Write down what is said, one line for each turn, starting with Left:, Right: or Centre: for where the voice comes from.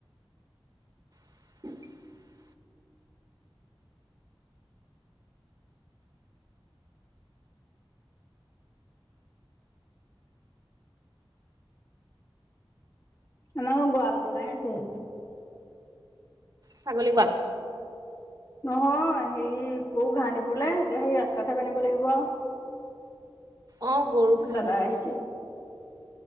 Right: <inaudible>
Left: আমাৰো গঁৰাল বনাই আছে।
Right: ছাগলী গৱাল
Left: নহয় হেৰি গৰু ঘাঁহ দিবলৈ এতিয়া সেই ৰাস্তাতহে বান্ধিব লাগিব আও। <inaudible>
Right: অ', গৰুক
Left: এ
Right: ঘাঁহ
Left: দাদাই
Right: দিবলৈ
Left: আহিছে।